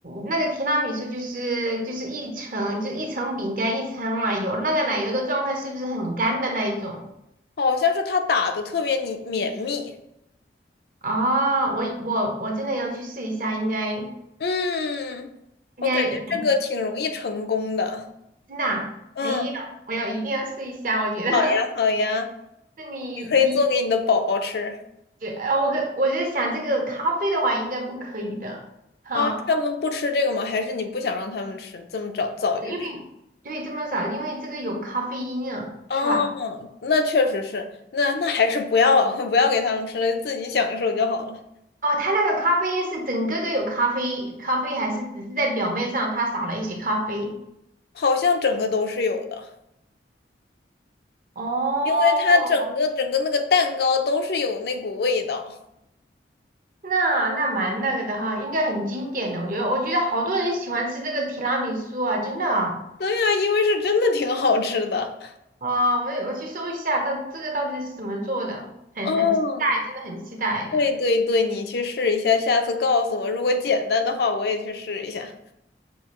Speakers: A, on the right (about 45°); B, on the left (about 60°).
A: 那个提拉米苏就是就是一层，就一层饼干，一层奶油，那个奶油的状态是不是很干的那一种？
B: 好像是它打的特别你绵密，
A: 哦，我我我真的要去试一下，应该应
B: 嗯，
A: 该
B: 我感觉这个挺容易成功的，
A: 真的啊哎呀，
B: 嗯，
A: 我要一定要试一下，我觉得。
B: 好呀好呀，
A: <laughs> 那你你，
B: 你可以做给你的宝宝吃。
A: 对，呃我可我觉得想这个咖啡的话，应该不可以的，哈。
B: 啊，他们不吃这个吗？还是你不想让他们吃，这么早早就吃？
A: 因为对这么早，因为这个有咖啡因啊，
B: 哦，
A: 是吧？
B: 那确实是，那那还是不要 <laughs> 不要给他们吃了，自己享受就好了。
A: 哦，它那个咖啡因是整个都有咖啡，咖啡还是只是在表面上它撒了一些咖啡？
B: 好像整个都是有的，
A: 哦，
B: 因为它整个整个那个蛋糕都是有那股味道。
A: 那那蛮那个的哈，应该很经典的，我觉得，我觉得好多人喜欢吃这个提拉米苏啊，真的啊，
B: 对呀，因为是真的挺好吃的。
A: 哇，我也我去搜一下，到这个到底是怎么做的，很很期待，
B: 哦，
A: 真的很期待的。
B: 对对对，你去试一下，下次告诉我，如果简单的话，我也去试一下。